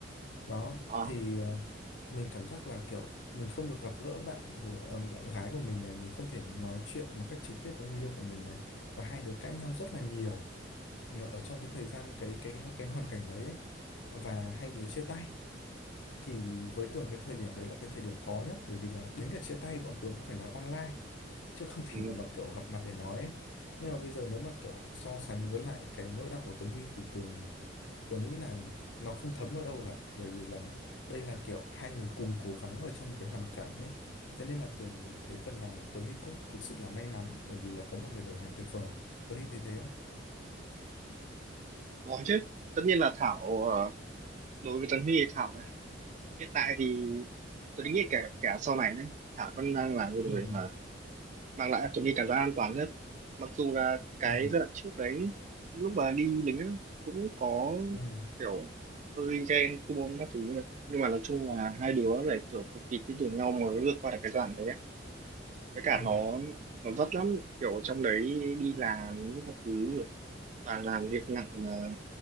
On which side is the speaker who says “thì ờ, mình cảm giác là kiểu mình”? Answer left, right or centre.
Left